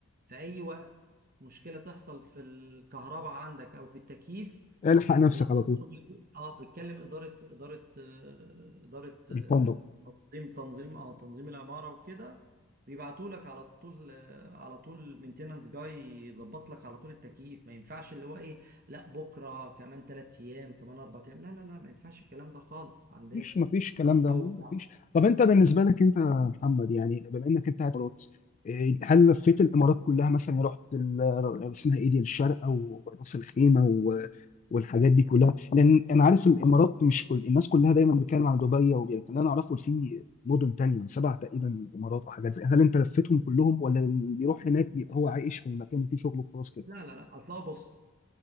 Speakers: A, on the right; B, on the left.
A: في اي وقت مشكله تحصل في الكهرباء عندك او في التكييف
B: الحق نفسك
A: بت-
B: على طول
A: اه بتكلم اداره اداره آه، اداره آه،
B: الفندق
A: تنظيم تنظيم اه تنظيم العماره وكده بيبعتوا لك على طول آه، على طول مينتيننس جاي يظبط لك على طول التكييف ما ينفعش اللي هو ايه لا بكره كمان ثلاث ايام كمان اربع ايام لا لا لا ما ينفعش الكلام ده خالص عندنا
B: مفيش مفيش كلام
A: الجو
B: ده مفيش
A: بتاع
B: طب انت بالنسبه لك انت يا محمد يعني بما انك انت قاعد في الامارات إيه، هل لفيت الامارات كلها مثلا يعني رحت ال- اسمها ايه دي الشارقه وراس الخيمه و- والحاجات دي كلها لان انا عارف الامارات مش كل الناس كلها دايما بتتكلم عن دبي وبي- لكن انا اعرفه في مدن تانية سبع تقريبا امارات او حاجات زي هل انت لفيتهم كلهم ولا اللي بيروح هناك بيبقى هو عايش في المكان وفيه شغله وخلاص كده؟
A: لا لا لا اصلا بص